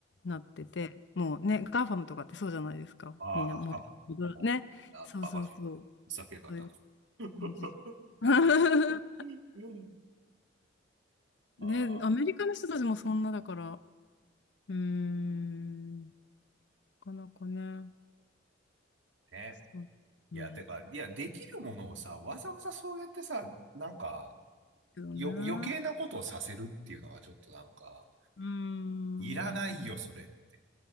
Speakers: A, on the left; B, on the right.
A: なってて、もうね、ガーファムとかってそうじゃないですか。
B: ああ、
A: みんなもう、
B: ああ、あ
A: ね、
B: あの、
A: そうそうそう、
B: バカだ。ふざけやがったと。
A: そういう
B: <laughs>
A: 感じ。<laughs>
B: うんあ
A: ね、アメリカの人たちもそんなだから、
B: あ、
A: うーん、なかなかね、
B: ね。
A: そう、うん、
B: いや、てか、いや、できるものをさ、わざわざそうやってさ、なんか、
A: けどね、
B: よ、余計なことをさせるっていうのはちょっとなんか、
A: うーん、
B: いらないよ、
A: う
B: それって